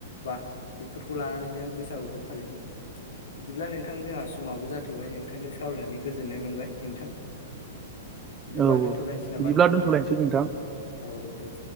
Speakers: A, on the left; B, on the right.
A: बा बेफोरखौ लानानैनो बैसागुखौ फालिनो बिदिब्ला नोंथां जोंहा समाबो जाथ'बाय नोंथांजों सावरायनानै गोजोननाय मोनबाय नोंथां बिदिबा
B: औ औ
A: दोनथ'लायसै नामा
B: बिदिब्ला
A: नोंथां।
B: दोनथ'लायनोसै नोंथां
A: औ दे